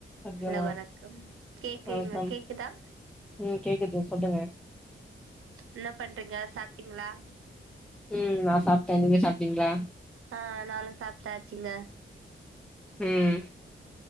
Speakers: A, in the centre; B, on the right.
A: சத்தியமா
B: Hello வணக்கம் கேக்குறீங்க
A: வணக்கம்
B: கேக்குதா
A: ம் கேக்குது சொல்லுங்க
B: என்ன பண்றீங்க சாப்டீங்ளா
A: உம் நா சாப் ட நீங்க சாப்ட்டீங்ளா
B: ஆ நானு சாப்டாச்சிங்க
A: உம்